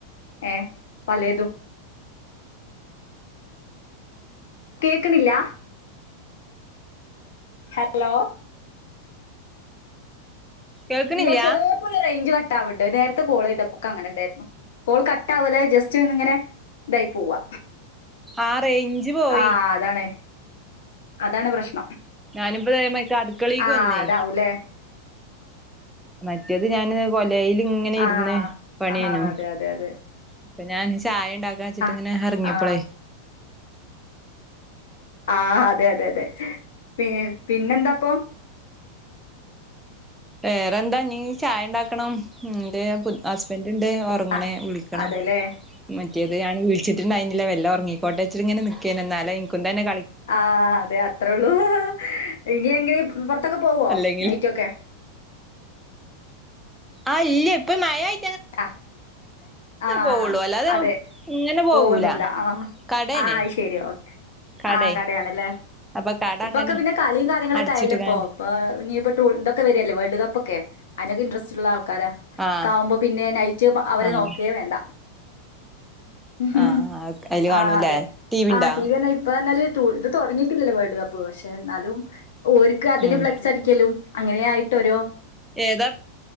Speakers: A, on the left; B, in the centre.
A: ഏ പലേതും <inaudible> കേക്കണില്ല <inaudible> ഹലോ
B: കേൾക്കണില്ല
A: ഇല്ല ചെലേപ്പോ ങ്ങനെ റേഞ്ച് കട്ട കാവണ്ട് നേരത്തെ കോൾ ഇതപ്പൊക്കെ അങ്ങനെ ഉണ്ടായിരുന്നു കോൾ കട്ട ആവലെ ജസ്റ്റ് ഒന്നിങ്ങനെ ഇതായി പോവാ
B: ആ റേഞ്ച് പോയി
A: ആ അതാണ് അതാണ് പ്രശ്നം
B: ഞാനിപ്പയമായി അടുക്കളിക്ക്
A: ആ
B: വന്നേ
A: അതാവൂലേ
B: മറ്റേത് ഞാന് കൊ ലയില് ഇങ്ങനെ
A: ആ
B: ഇരുന്ന് പണിയനു
A: ആ അതെ അതെ അതെ
B: അപ്പ ഞാൻ ചായ ഉണ്ടാക്കാൻ വെച്ചിട്ട്
A: ആ
B: ഇങ്ങനെ ഇറങ്ങിയപ്പോളേ
A: ആ ആഹ് അതെ അതെ അതെ പി പിന്നെന്താപ്പോ
B: വേറെന്താനി ചായ ഉണ്ടാക്കണം <unintelligible> ഹസ്ബൻഡ് എണ്ട് ഒരങ്ങന്നെ
A: ആ
B: വിളിക്ക
A: അതെല്ലേ?
B: മറ്റേത് ഞൻ വീളിച്ചിട്ടുണ്ടായിനില്ല വല്ലം ഉറങ്ങി പ്പോട്ടോവച്ചിട്ടിങ്ങനെ നിക്കായിൻ <unintelligible> <unintelligible>
A: ആഹ് അതെ അത്രേയള്ളൂ ഇനി എനിങ്കിലും പുറത്തൊക്കെ പോവോ
B: അല്ലെങ്കിൽ
A: നൈറ്റൊക്കെ
B: ആഹ് ഇല്ല ഇപ്പൊ മഴയി
A: ആഹ് ആഹ്
B: പോവുള്ളൂ അല്ലാതെ
A: അതെ
B: ഇങ്ങനെ പോവൂല
A: പോവൊന്നുമല്ല ആഹ്
B: കടേണ്
A: ആഹ് ശരി ഒക്കെ
B: കടേ
A: ആഹ് കടയാണല്ലേ
B: അപ്പൊ കട
A: ഇപ്പൊക്കെ
B: അങ്ങനെ
A: പിന്നെ കളിയും കാര്യങ്ങളൊക്കെ
B: അടച്ചിട്ട്ക്കാണ്
A: അയല്ലേ ഇപ്പോൊ ഇപ്പൊ ഇതൊക്കെ വരില്ലേ വേൾഡ് കപ്പ് ഒക്കെ അനക്ക് <unintelligible> ഉള്ള ക്കാര
B: ആഹ്
A: കവുമ്പോ പിന്നെ നൈറ്റ് അവരെ
B: ആഹ്
A: നോക്കെ വേണ്ട ഉം
B: ആഹ് അയില് കാണൂല്ലേ
A: ആഹ് അതെ
B: ഇണ്ടാ
A: ആഹ് ടി വി തന്നെ ഇപ്പ പറഞ്ഞല് ഇത് തുടങ്ങിട്ടില്ലവാട പക്ഷെ എന്നാലും ഓരിക്ക് അതിന്
B: ഉം
A: ഫ്ലക്സ് അടിക്കലും അങ്ങനെയിട്ടൊരു
B: ഏതാ